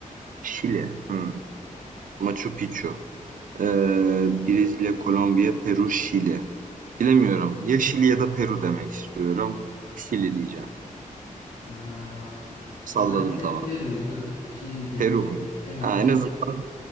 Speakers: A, on the right; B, on the left.
A: Şili. Hmm. Machu Picchu. Eee, Brezilya, Kolombiya, Peru, Şili. Bilemiyorum. Ya Şili ya da Peru demek istiyorum. Şili diyeceğim.
B: Ee,
A: Salladım
B: maalesef
A: tamam.
B: Peru'ydu. Şili değil.
A: Peru mu?
B: Evet
A: Ha,
B: Peru,
A: en azından